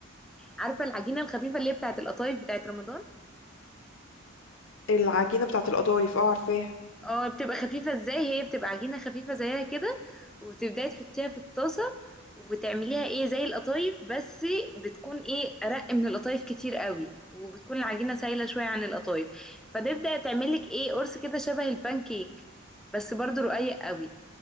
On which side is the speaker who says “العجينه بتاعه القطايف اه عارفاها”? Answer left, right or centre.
Left